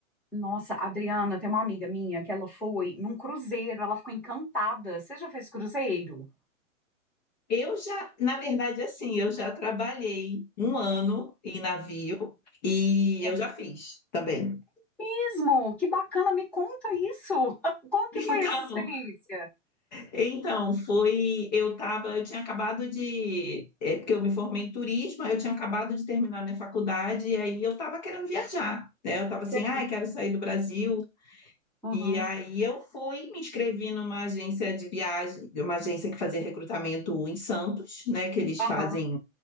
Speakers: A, in the centre; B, on the left (about 35°).
A: Nossa, Adriana, tem uma amiga minha que ela foi num cruzeiro, ela ficou encantada. Você já fez cruzeiro?
B: Eu já, na verdade, assim, eu já trabalhei um ano em navio e
A: É
B: eu já fiz também. <laughs>
A: mesmo? Que bacana, me conta isso. <laughs> Como que
B: Então,
A: foi essa experiência?
B: Então, foi. Eu tava, eu tinha acabado de. É, porque eu me formei em turismo, aí eu tinha acabado de terminar minha faculdade, e aí eu estava querendo viajar, né? Eu estava
A: Sei.
B: assim, ai, quero sair do Brasil,
A: Aham,
B: e aí eu fui, me inscrevi numa agência de viagem, uma agência que fazia recrutamento em Santos, né? Que eles
A: aham,
B: fazem